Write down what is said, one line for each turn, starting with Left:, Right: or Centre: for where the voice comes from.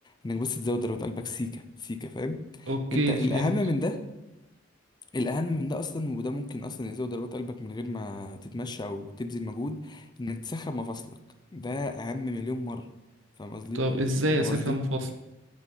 Left: انك بس تزود ضربات قلبك سيكه سيكه فاهم
Right: اوكي
Left: انت الاهم
Right: فهمت
Left: من ده الاهم من ده اصلا وده ممكن اصلا يزود ضربات قلبك من غير ما تتمشى او تبذل مجهود انك تسخن مفاصلك ده اهم مليون مره فاهم قصدي
Right: طب ازاي
Left: فاهم
Right: اسخن
Left: قصدي
Right: مفاصل